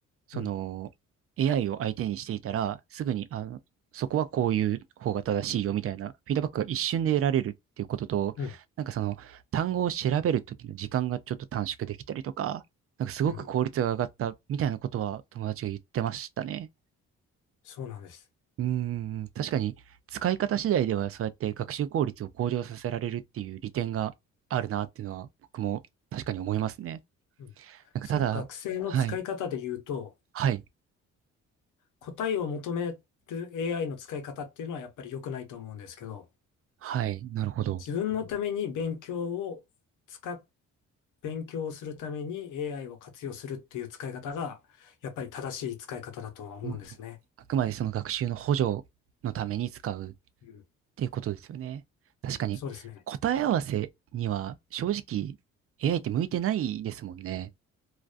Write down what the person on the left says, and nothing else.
うん。
うん。
うん。そうなんです。
うん。
その学生の使い方で言うと、
答えを求める AI の使い方っていうのはやっぱり良くないと思うんですけど、
自分のために勉強を使っ、勉強をするために AI を活用するっていう使い方が、やっぱり正しい使い方だとは思うんですね。
うん。
そうですね。